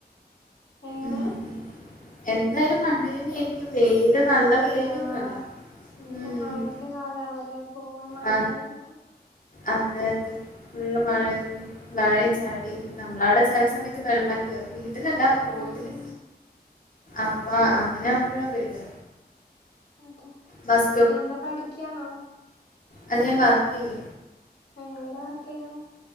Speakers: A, on the left; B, on the left.
A: എങ്ങനെ
B: ഉം എന്തായാലും മഴന്നെ ആയിരിക്കും വെയില് നല്ല വെയിലൊന്നുല്ല.
A: ആഹ് ഇനിയിപ്പോ
B: ഉം
A: മഴന്റെ കാലാണല്ലോ എപ്പോഴും മഴനായിരിക്കും.
B: അ അതെ അതെ ഫുള്ള് മഴയും മഴയും ചളിയും നമ്മളവിടെ ചില സമയത്ത് വെള്ളം കേറും. വീട്ടിലല്ല റോട്ടില്
A: ഉം ഉം
B: അപ്പ അങ്ങനെ ആവുമ്പോഴാ പെടാ
A: എന്ത്
B: ബസ്
A: എന്താ പഠിക്കയാണോ?
B: അല്ലെ ഞാൻവർക്ക് ചെയ്യ.
A: ഏഹ് എവിടെ വർക്ക് ചെയ്യണേ?